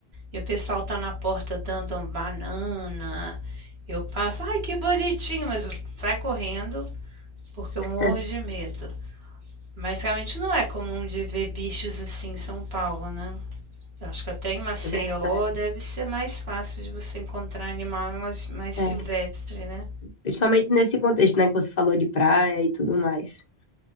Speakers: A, on the right (about 80°); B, on the left (about 45°).
A: e o pessoal tá na porta dando uma banana. Eu passo, ai que bonitinho, mas sai correndo porque eu
B: <laughs>
A: morro de medo. Mas realmente não é comum de ver bichos assim em São Paulo, né? Eu acho que até em Maceió
B: É verdade.
A: deve ser mais fácil de você encontrar animal mais, mais silvestre,
B: é
A: né?
B: Principalmente nesse contexto, né, que você falou de praia e tudo mais.